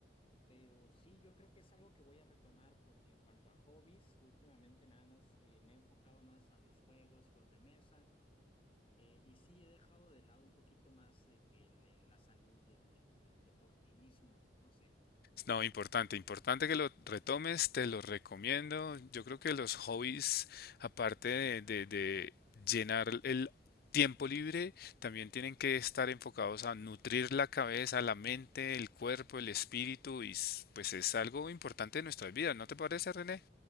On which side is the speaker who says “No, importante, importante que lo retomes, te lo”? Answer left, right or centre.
Left